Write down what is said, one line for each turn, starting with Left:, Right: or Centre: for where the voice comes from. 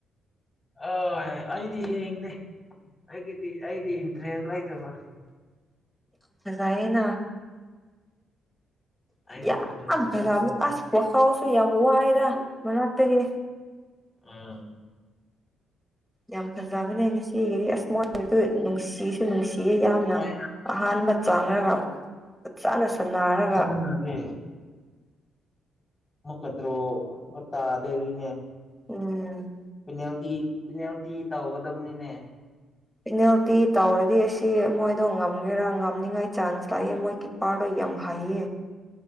Left: ꯑꯥꯏ ꯑꯩꯗꯤ ꯌꯦꯡꯗꯦ ꯑꯩꯒꯤꯗꯤ ꯑꯩꯗꯤ ꯏꯟꯇꯔꯦꯁ ꯂꯩꯇꯕ
Centre: ꯐꯖꯩꯌꯦꯅ
Left: ꯑꯩꯗꯤ
Centre: ꯌꯥꯝ
Left: ꯏꯟꯇꯔꯦꯁ
Centre: ꯐꯖꯕꯅꯦ
Left: ꯂꯩꯇꯕ
Centre: ꯑꯁ ꯋꯥꯈꯜꯁꯨ ꯌꯥꯝ ꯋꯥꯏꯗ ꯃꯅꯥꯛꯇꯗꯤ
Left: ꯎꯝ
Centre: ꯌꯥꯝ ꯐꯖꯕꯅꯦ ꯉꯁꯤꯒꯤꯗꯤ ꯑꯁ ꯃꯣꯏ <unintelligible> ꯅꯨꯡꯁꯤ ꯑꯩ ꯅꯨꯡꯁꯤꯌꯦ ꯌꯥꯝꯅ
Left: ꯃꯣꯏ
Centre: ꯑꯍꯥꯟꯕ ꯆꯥꯡꯔꯒ ꯐꯖꯅ ꯁꯥꯟꯅꯔꯒ
Left: ꯎꯝꯗꯤ ꯃꯨꯛꯀꯗ꯭ꯔꯣ ꯇꯥꯗꯔꯤꯅꯦ
Centre: ꯎꯝ
Left: ꯄꯤꯅꯦꯜꯇꯤ ꯄꯤꯅꯦꯜꯇꯤ ꯇꯧꯒꯗꯕꯅꯤꯅꯦ
Centre: ꯄꯦꯅꯦꯜꯇꯤ ꯇꯧꯔꯗꯤ ꯑꯁꯤ ꯃꯣꯏꯗꯣ ꯉꯝꯒꯦꯔꯥ ꯉꯝꯅꯤꯉꯥꯏ ꯆꯥꯟꯁ ꯂꯥꯛꯌꯦ ꯃꯣꯏ ꯄꯥꯔꯗ ꯌꯥꯝ ꯍꯩꯌꯦ